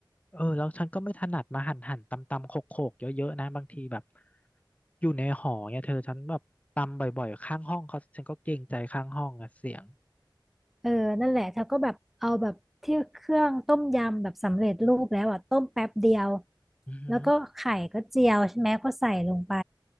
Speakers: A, on the left (about 15°); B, in the centre.
A: เออแล้วฉันก็ไม่ถนัดมาหั่นหั่นตำตำโขกโขกเยอะๆนะบางทีแบบอยู่ในหอเนี่ยเธอฉันแบบตำบ่อยๆข้างห้องเขาฉันก็เกรงใจข้างห้องอะเสียง
B: เออนั่นแหละเธอก็แบบเอาแบบที่เครื่องต้มยำแบบสำเร็จรูปแล้วอ่ะต้มแป๊บเดียว
A: อือหือ
B: แล้วก็ไข่ก็เจียวใช่ไหมก็ใส่ลงไป